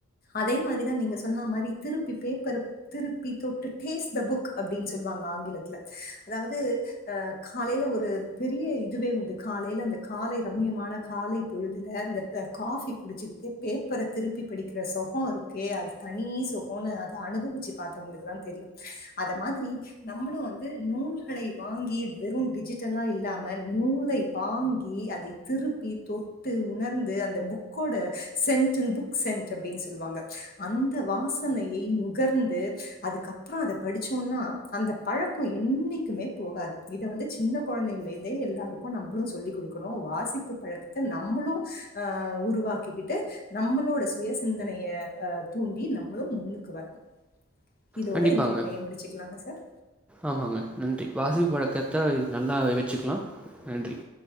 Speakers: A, on the left; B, in the centre.
A: அதே மாரிதான் நீங்க சொன்ன மாரி திருப்பி பேப்பர் திருப்பி தொட்டு பாஸ் தெ புக் சொல்வாங்க ஆங்கிலத்துல அதாவது அஹ் காலைல ஒரு பெரிய இதுவே உண்டு காலையில அந்த காலை ரம்யமான காலை பொழுதுல இந்த காபி குடிச்சக்கிட்டு பேப்பரை திருப்பி படிக்கிறகம் சொகம் இருக்கே அது தனி சொகம்னு அத அனுபவிச்சு பாத்தவங்களுக்கு தெரியும் அத மாரி நம்மளும் வந்து நூல்களை வாங்கி வெறும் டிஜிட்டலா இல்லாம நூலை வாங்கி அதை திருப்பி தொட்டு உணர்ந்து அந்த புக்கோட சென்ட் புக் சென்ட் அப்படின்னு சொல்லுவாங்க அந்த வாசனையை நுகர்ந்து அதுக்கப்பறம் அத படிச்சோம்னா அந்த பழக்கம் என்னைக்குமே போகாது இத வந்து சின்ன குழந்தைையல இருந்தே எல்லாருக்கும் நம்மளும் சொல்லிக் கொடுக்கணும் வாசிப்பு பழக்கத்தை நம்மளும் அஹ் உருவாக்கிக்கிட்டு நம்மளோட சுய சிந்தனைய அஹ் தூண்டி நம்மளும் முன்னுக்கு வரணும் இதோட
B: கண்டிப்பாங்க.
A: இந்த உரையை முடிச்சுக்கலாங்க சார்
B: ஆமாங்க நன்றி வாசிப்பு பழக்கத்த நல்லா வச்சுக்கலாம் நன்றி